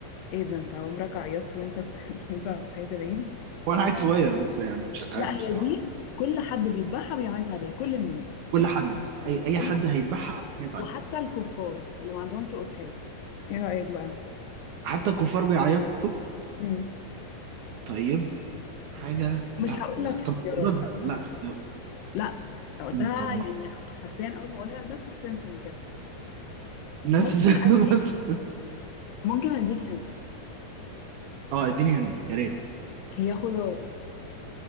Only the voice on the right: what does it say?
هو أنا عيل صغير بس يعني مش عارف
بصراحة
كل حد أي أي
حد
هيذبحها هيعيط
عليها
حتى الكفار بيعيطوا
طيب حاجة
لا
لا
طب
اختيارات
بقى. لا
اختيار-
مم، طب ما
ناس
<laughs>
ناس
اه اديني هند يا ريت